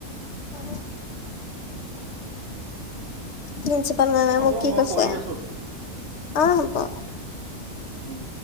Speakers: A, on the left; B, on the right.
A: অ প্ৰিঞ্চিপাল মেমে
B: হ'ব
A: মোক কি
B: মই
A: কৈ!
B: কৰি আছো
A: অ' হ'ব।
B: উম।